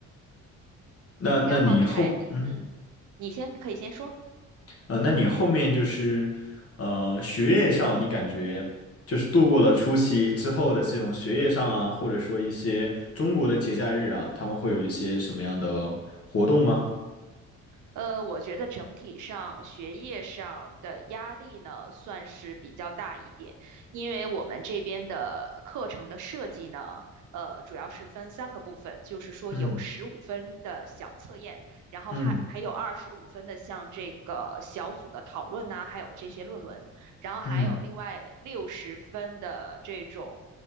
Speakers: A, on the left; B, on the right.
A: 那那你后嗯
B: 然后你还，嗯，你先可以先说。
A: 啊那你后面就是呃学业上，你感觉就是度过了初期之后的这种学业上啊，或者说一些中国的节假日啊，他们会有一些什么样的活动吗？
B: 呃，我觉得整体上学业上的压力呢，算是比较大一点，因为我们这边的课程的设计呢，呃，主要是分三个部分，就是说有十五分的小测验，
A: 嗯
B: 然后还还有二十五分的像这个小组的讨论呐、
A: 嗯
B: 还有这些论文，然后还有另外六十分的这种。
A: 嗯